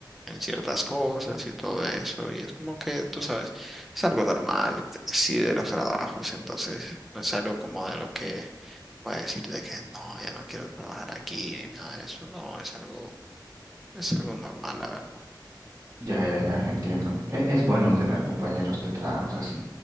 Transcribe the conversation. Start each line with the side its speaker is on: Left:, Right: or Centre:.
Centre: en ciertas cosas y todo eso. Y es como que, tú sabes, es algo normal, sí, de los trabajos. Entonces, no es algo como de lo que voy a decir de que no, ya no quiero trabajar aquí ni nada de eso. No, es algo, es algo normal, la verdad.
Right: Ya, ya, ya, entiendo. E- Es, bueno tener compañeros de trabajo así.